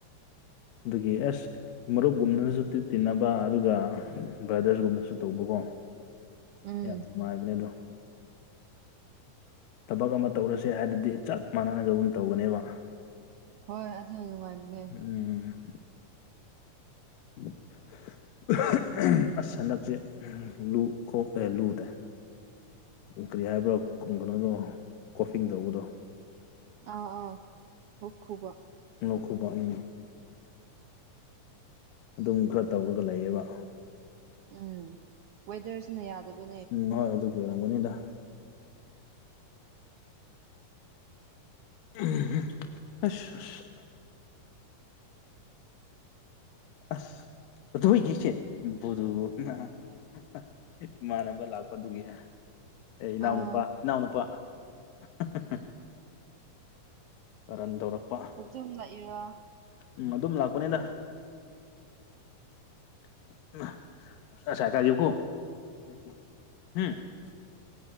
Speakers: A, on the left (about 85°); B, on the right (about 75°).
A: ꯑꯗꯨꯒꯤ ꯑꯦꯁ ꯃꯔꯨꯞꯒꯨꯝꯅꯅꯁꯨ ꯇꯤꯠ ꯇꯤꯟꯅꯕ ꯑꯗꯨꯒ ꯕ꯭ꯔꯗꯔꯁꯒꯨꯝꯅꯁꯨ ꯇꯧꯕꯀꯣ
B: ꯎꯝ
A: ꯌꯥꯝ ꯅꯨꯡꯉꯥꯏꯕꯅꯦ ꯑꯗꯣ ꯊꯕꯛ ꯑꯃ ꯇꯧꯔꯁꯦ ꯍꯥꯏꯔꯗꯤ ꯆꯞ ꯃꯥꯟꯅꯅ ꯑꯗꯨꯝ ꯇꯧꯒꯅꯦꯕ
B: ꯍꯣꯏ ꯑꯗꯨꯅ ꯅꯨꯡꯉꯥꯏꯕꯅꯦ
A: ꯎꯝ <unintelligible> ꯑꯁ ꯍꯟꯗꯛꯁꯦ ꯂꯨ ꯈꯣꯛ ꯑꯦ ꯂꯨꯗ ꯀꯔꯤ ꯍꯥꯏꯕ꯭ꯔꯣ ꯀꯩꯅꯣꯗꯣ ꯀꯣꯐꯤꯡ ꯇꯧꯕꯗꯣ
B: ꯑꯥ ꯑꯥ ꯍꯣꯛ ꯈꯨꯕ
A: ꯅꯧꯈꯨꯕ ꯎꯝ ꯑꯗꯨꯝ ꯈꯔ ꯇꯧꯔꯒ ꯂꯩꯌꯦꯕ
B: ꯎꯝ ꯋꯦꯗꯔꯁ ꯅ ꯌꯥꯗꯕ
A: ꯎꯝ ꯍꯣꯏ ꯑꯗꯨꯒꯤ ꯑꯣꯏꯔꯝꯒꯅꯤꯗ ꯎꯝ ꯎꯝ ꯑꯁ ꯑꯁ ꯑꯁ <unintelligible> <unintelligible> ꯏꯃꯥꯟꯅꯕ ꯂꯥꯛꯄ ꯑꯗꯨꯒꯤ ꯑꯦ ꯏꯅꯥꯎ
B: ꯑꯥ
A: ꯅꯨꯨꯄꯥ ꯏꯅꯥꯎ ꯅꯨꯨꯄꯥ <unintelligible> ꯀꯔꯟ ꯇꯧꯔꯛꯄ
B: ꯑꯗꯨꯝ ꯂꯥꯛꯏꯔꯥ
A: ꯎꯝ ꯑꯗꯨꯝ ꯂꯥꯛꯄꯅꯦꯗ <unintelligible>